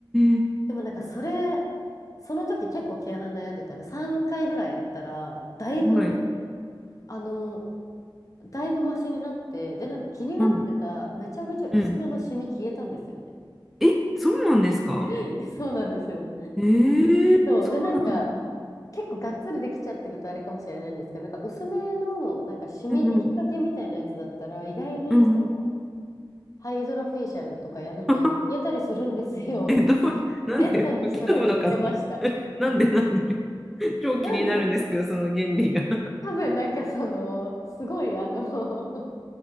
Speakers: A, in the centre; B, on the left.
A: え。
B: でもなんかそれ、その時結構毛穴悩んでたね。3回ぐらいやったら、だいぶ、
A: はい。
B: あの、だいぶマシになって、で、なんか気になってた、
A: はい。
B: めちゃめちゃ薄めのシミ消えたんですよね。
A: うん。え、そうなんですか
B: <laughs> そうなんですよ。
A: ええ、
B: そう。
A: そうなんだ。
B: で、なんか、結構がっつりできちゃってるとあれかもしれないんですけど、なんか薄めの、なんかシミできかけみたいなやつだったら、
A: うんうん。
B: 意外にその
A: うんうん。
B: ハイドロフェイシャルとかやると、
A: <laughs>
B: やたりするんですよ。
A: え、どう、
B: <laughs>
A: なんで吹き飛ぶのかな
B: エステの人が言ってました。
A: <laughs> なんでなんで <laughs> 超気になるんですけど、
B: なんで、
A: その原理が。
B: 多分なんかその、すごいあの、<laughs>